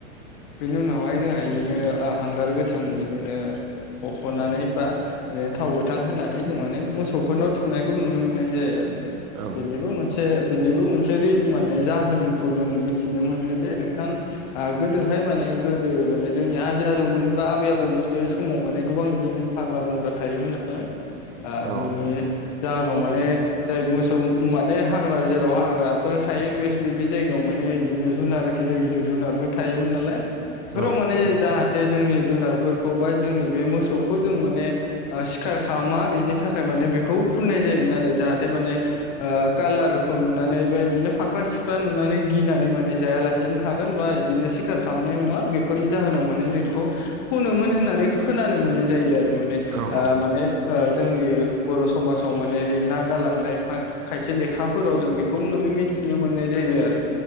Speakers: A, on the left (about 30°); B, on the right (about 80°).
A: बिनि उनावहाय जोंहा इदिनो ओ हांगार गोसोम बिदिनो हख'नानै बा ओ थाव गोथां होनानै जों माने मोसौफोरनाव थुनायखौ नुनो मोननाय जायो आरो। बिनिबो
B: औ
A: मोनसे बेनिबो मोनसे रि माने जाहोनखौ जों मिथिनो मोनो जे नोंथां ओ गोदोहाय माने गोदो माने जोंनि आजै-आजौमोन बा आबै- आबौमोननि समाव माने गोबां बिदिनो हाग्रा-बंग्रा थायोमोन नालाय ओ
B: औ
A: बिनि जाहोनाव माने जाय मोसौ माने हा ग्रा जेराव हाग्राफोर थायो बे जायगायाव माने बिदिनो जुनार गिदिर गिदिर जुनारफोर थायोमोन नालाय इफोराव
B: औ
A: माने जाहा थे जोंनि जुनारफोरखौ बा जोंनि बे मोसौखौ जों माने सिखार खालामा बेनि थाखाय मा ने बेखौ फुननाय जायोमोन आरो जाहाथे माने ओ कालार खौ नुनानै बा इदिनो फाख्रा-सिख्रा नुनानै गिनानै माने जायालासेनो थागोन बा इदिनो सिखार खालामनाय नङा। बे फोरनि जाहोनाव माने जों इखौ फोनोमोन होननानै खोनानो मोननाय जायो आरो माने
B: औ
A: ओ माने ओ जोंनि बर' समाजाव माने लिरना गालांनाय खायसे लेखा फोराव जों बेखौनो मिथिनो मोननाय जायो आरो